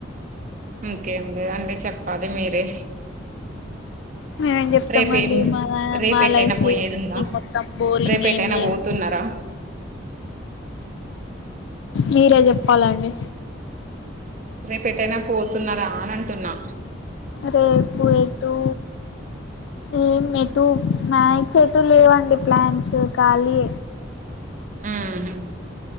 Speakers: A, on the right; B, on the left.
A: ఇంకేం లేదండి చెప్పాలి మీరే.
B: మేమేం చెప్తమండి
A: రేపేం
B: మా
A: రేపెటైనా
B: మా లైఫ్
A: పోయేది
B: లో ఏముంది
A: ఉందా
B: మొత్తం బోరింగ్
A: రేపెటైనా
B: ఏమి లేదు.
A: పోతున్నారా
B: మీరే చెప్పాలండి.
A: రెపెటైనా పోతున్నారా అని అంటున్నా.
B: రేపు ఎటు ఏ ఎటు మ్యాక్స్ ఎటు లేవండి ప్లాన్స్ ఖళీ.
A: మ్హ్